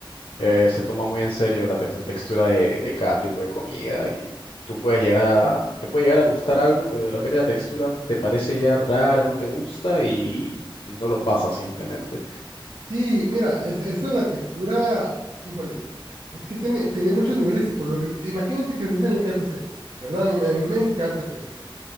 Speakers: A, on the left; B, on the right.
A: eh, se toma muy en serio la, tex- la textura de, de cada tipo de comida y tú puedes llegar a, te puede llegar a gustar algo, pero de repente la textura te parece ya rara, no te gusta y no lo pasas simplemente.
B: Sí, mira, es, eso de la textura, híjole, es que tiene, tiene muchos niveles psicológicos. Imagínate que estás en el KFC, ¿verdad? A mí, a mí me encanta el KFC.